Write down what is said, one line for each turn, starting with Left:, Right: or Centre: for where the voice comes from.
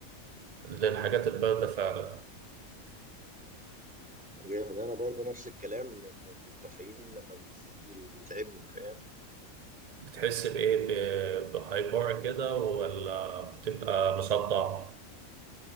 Right: للحاجات البارده فعلا
Centre: جامد انا برضو نفس الكلام إن الكافيين لما بيزيد بي- بيتعبني فاهم
Right: بتحس بإيه ب- بهايبر كده ولا بتبقى مصدع؟